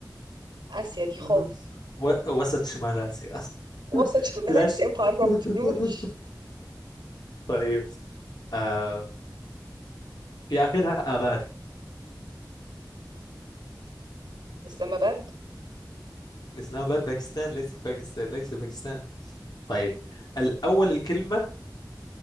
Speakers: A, on the right (about 85°); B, on the left (about 70°).
A: اسيا دي خالص
B: مهم. و... وسط شمال آسيا
A: وسط
B: <laughs>
A: شمال
B: لاش
A: اسيا ما قربتلوش
B: <laughs> طيب آه في آخرها آباد
A: اسلام اباد
B: الإسلام آباد باكستان ليس باكستان ليس باكستان طيب الأول الكلمة